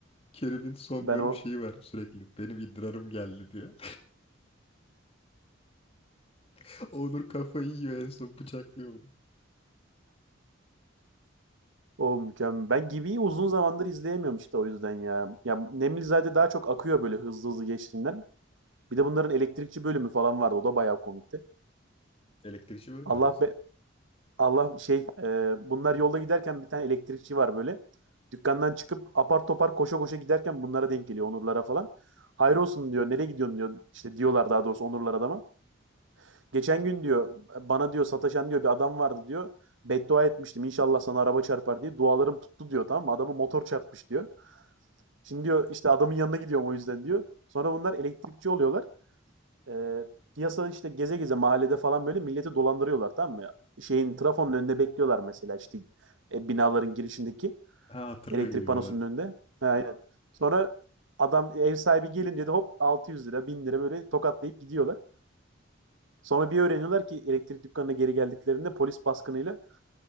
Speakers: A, on the left; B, on the right.
A: Kerem'in son
B: Ben
A: bölüm
B: o
A: şeyi var sürekli. Benim idrarım geldi diyor. <laughs> Onur kafayı yiyor en son bıçaklıyor bunu.
B: o mükemmel. Ben Gibi'yi uzun zamandır izleyemiyorum işte o yüzden ya. Ya Nemlizade daha çok akıyor böyle hızlı hızlı geçtiğinden. Bir de bunların elektrikçi bölümü falan vardı. O da bayağı komikti.
A: Elektrikçi bölümü
B: Allah
A: hangisi?
B: be Allah şey e, bunlar yolda giderken bir tane elektrikçi var böyle. Dükkandan çıkıp apar topar koşa koşa giderken bunlara denk geliyor Onurlara falan. Hayır olsun diyor. Nereye gidiyorsun diyor. İşte diyorlar daha doğrusu Onurlar adama. Geçen gün diyor bana diyor sataşan diyor bir adam vardı diyor. Beddua etmiştim inşallah sana araba çarpar diye. Dualarım tuttu diyor tamam mı? Adamı motor çarpmış diyor. Şimdi diyor işte adamın yanına gidiyorum o yüzden diyor. Sonra bunlar elektrikçi oluyorlar. Eee, piyasada işte geze geze mahallede falan böyle milleti dolandırıyorlar tamam mı? Şeyin trafonun önünde bekliyorlar mesela işte e, binaların girişindeki
A: Ha hatırlıyor
B: elektrik
A: gibiyim
B: panosunun
A: evet.
B: önünde. Ha, Aynen. Sonra adam ev sahibi gelince de hop altı yüz lira 1000 lira böyle tokatlayıp gidiyorlar. Sonra bir öğreniyorlar ki elektrik dükkanına geri geldiklerinde polis baskınıyla